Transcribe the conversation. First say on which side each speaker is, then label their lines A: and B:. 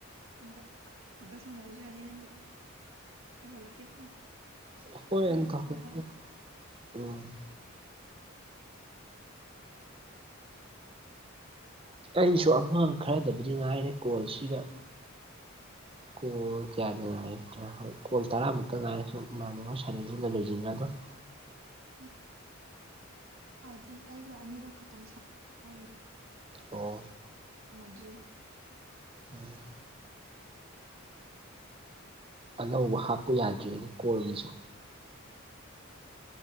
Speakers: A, on the right (about 70°); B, on the right (about 25°).
A: ꯑꯗ ꯃꯈꯒ ꯁꯥꯅꯔꯁꯨ ꯌꯥꯅꯤ ꯅꯪ ꯇꯧꯍꯟꯂꯛ ꯀꯦ ꯐꯣꯟ
B: ꯍꯣꯏ
A: ꯍꯣꯔꯦꯟ
B: <unintelligible>
A: ꯁꯥꯟꯅꯔꯒ
B: ꯎꯝ ꯑꯩꯁꯨ ꯑꯃ ꯈꯔꯗꯕꯨꯗꯤ ꯉꯥꯏꯔꯦ ꯀꯣꯜꯁꯤꯗ ꯀꯣꯜ ꯀꯌꯥꯗ ꯉꯥꯏꯗ꯭ꯔ ꯍꯣꯏ ꯀꯣꯜ ꯇꯔꯥꯃꯨꯛꯇ ꯉꯥꯏꯔꯦ ꯁ ꯏꯃꯥꯟꯅꯕ ꯁꯥꯟꯅꯖꯤꯟꯅ ꯂꯣꯏꯁꯤꯟꯒꯗꯧꯅꯤ
A: ꯎꯝ ꯍꯥꯏꯗꯤ ꯑꯩꯒ ꯑꯅꯤꯔꯛ ꯈꯛꯇꯪ ꯁꯥꯟꯅ ꯉꯥꯏꯔꯤ
B: ꯑꯣ
A: ꯁꯥꯅꯗ꯭ꯔꯤꯕ
B: ꯎꯝ ꯑꯅꯧꯕ ꯍꯥꯞꯄꯨ ꯌꯥꯗ꯭ꯔꯦꯅꯦ ꯀꯣꯜꯕꯁꯨ